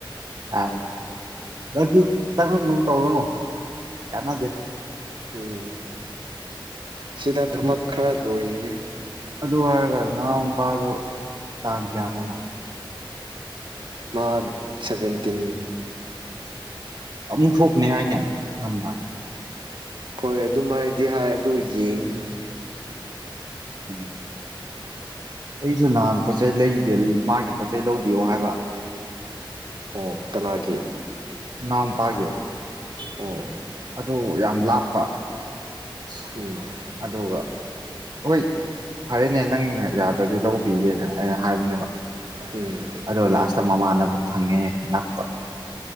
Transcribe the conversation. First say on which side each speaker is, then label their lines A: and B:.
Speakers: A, on the right; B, on the right.
A: ꯑꯎ ꯅꯪꯁꯨ ꯆꯪꯉꯛꯅꯕ ꯇꯧꯔꯣ ꯀꯥꯟꯅꯗꯦ
B: ꯎꯝ ꯁꯤꯗ ꯊꯕꯛ
A: ꯑꯗꯨ
B: ꯈꯔ ꯂꯣꯏꯒꯤꯒꯦ
A: ꯑꯗꯨ ꯍꯥꯏꯔꯒ ꯅꯥꯎ ꯄꯥꯗꯨ ꯇꯥꯡ ꯀꯌꯥꯗꯅꯣ
B: ꯃꯥ ꯁꯚꯦꯟꯇꯤꯟ
A: ꯑꯃꯨꯛ ꯊꯣꯛꯅꯤ ꯍꯥꯏꯅꯦ ꯉꯟꯕ
B: ꯍꯣꯏ ꯑꯗꯨꯝꯥꯏꯗꯤ ꯍꯥꯏ ꯑꯗꯨ ꯌꯦꯡꯁꯦ
A: ꯎꯝ ꯑꯩꯁꯨ ꯅꯍꯥꯟ ꯄꯣꯠꯆꯩ ꯂꯩ ꯕꯤꯌꯦꯜ ꯃꯥꯒꯤ ꯄꯣꯠꯆꯩ ꯂꯧꯕꯤꯌꯣ ꯍꯥꯏꯕ
B: ꯑꯣ ꯀꯅꯥꯒꯤ
A: ꯅꯎꯄꯥꯒꯤ
B: ꯑꯣ
A: ꯑꯗꯨ ꯌꯥꯝ ꯂꯥꯞꯄ ꯑꯁ
B: ꯎꯝ
A: ꯑꯗꯨꯒ ꯍꯣꯏ ꯐꯔꯦꯅꯦ ꯅꯪꯅ ꯌꯥꯗ꯭ꯔꯗꯤ ꯂꯧꯕꯤꯒꯦꯅ ꯑꯩꯅ ꯍꯥꯏꯕꯅꯦꯕ
B: ꯎꯝ
A: ꯑꯗꯣ ꯂꯥꯁꯇ ꯃꯃꯥꯟꯅꯕ ꯐꯪꯉꯦ ꯅꯛꯄ